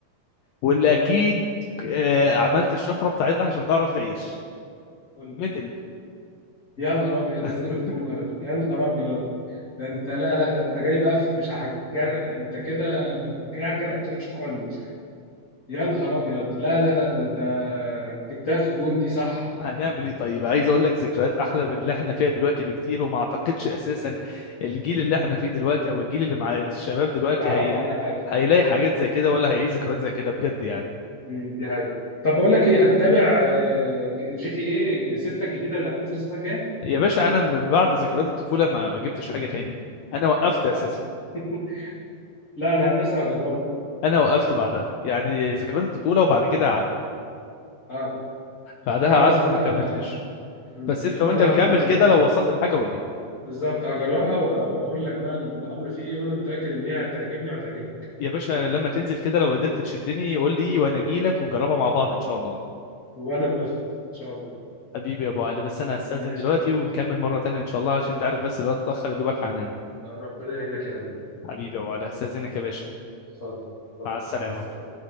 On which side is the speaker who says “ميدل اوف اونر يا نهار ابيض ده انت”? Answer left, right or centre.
Left